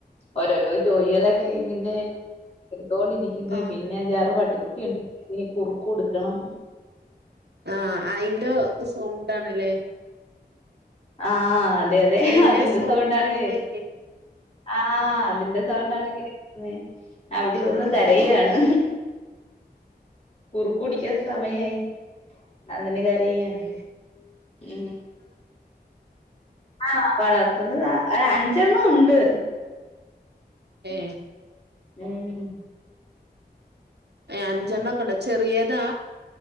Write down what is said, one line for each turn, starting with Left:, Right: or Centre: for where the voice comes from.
Left: ഓരോരോ ജോലികളൊക്കെ ഇങ്ങനെ എട്ത്തോണ്ടിര്ക്ക്‌ന്ന്
Right: ആഹ്
Left: പിന്നെ അഞ്ചാറ് പട്ടിക്കുട്ടിയുണ്ട് ഇനി കുറുക്ക് കൊടുക്കണം
Right: ആഹ് അയ്ന്റോ സൗണ്ടാണ്ലേ
Left: ആഹ് അതെ അതെ
Right: അയിന്റെ
Left: അതിന്റെ
Right: സൗണ്ടാണ്ല്ലേ
Left: സൗണ്ടാണ് ഹെ
Right: കേക്ക്
Left: ആഹ്, അതിന്റെ സൗണ്ടാണ് കേക്ക്‌ന്നെ അവ്ടെ ഇരിന്ന്
Right: ആഹ്
Left: കരയാണ്.
Right: ആഹ്
Left: കുറുക്ക് കുടിക്കാൻ സമയായി അതിന് കര രയാ,
Right: ഏഹ്
Left: ഉം ആണോ വളർത്തുന്നതാ ഏഹ് അഞ്ചെണ്ണം ഉണ്ട്.
Right: ഏഹ്
Left: ഉം
Right: ഏഹ് അഞ്ചെണ്ണൊക്കെണ്ടോ ചെറിയേതാ